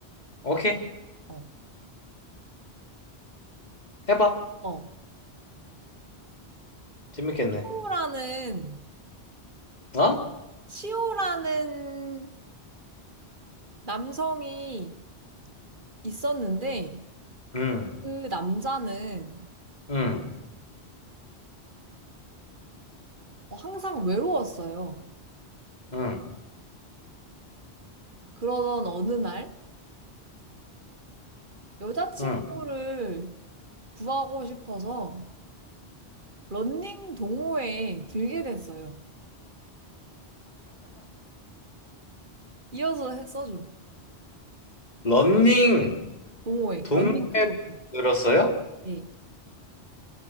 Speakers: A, on the left (about 40°); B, on the right (about 50°).
A: 오케이.
B: 어.
A: 해봐.
B: 어,
A: 재밌겠네.
B: 시호라는,
A: 어?
B: 시호라는 남성이 있었는데
A: 응,
B: 그 남자는
A: 응,
B: 어, 항상 외로웠어요.
A: 응,
B: 그러던 어느 날 여자친구를
A: 응.
B: 구하고 싶어서 런닝 동호회에 들게 됐어요. 이어서 해- 써줘.
A: 러닝
B: 동호회,
A: 동호회를
B: 런닝 크루.
A: 들었어요?
B: 예.